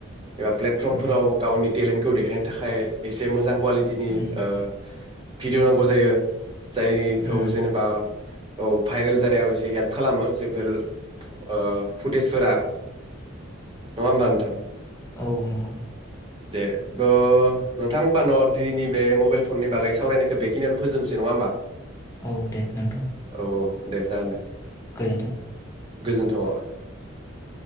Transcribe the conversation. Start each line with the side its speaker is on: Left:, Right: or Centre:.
Right: एबा प्लेटफर्मफोराव
Left: उम
Right: गावनि टेलेन्टखौ देखायनो थाखाय एसे मोजां कुवालिटिनि
Left: उम
Right: ओ भिडिअ नांगौ जायो जायखौ
Left: उम
Right: जेनेबा औ भाइरेल जानायाव एसे हेल्प खालामो जेफोर ओ फुटेजफोरा
Left: उम
Right: नङा होनबा नोंथां
Left: औ औ नंगौ
Right: दे ओ नोंथां होमबा न' दिनैनि बे मबाइल फननि बागै सावरायनायखौ बेखिनियानो फोजोबनोसै नङा होमबा
Left: औ दे नोंथां
Right: औ औ दे जागोन दे
Left: गोजोन्थों
Right: गोजोन्थावा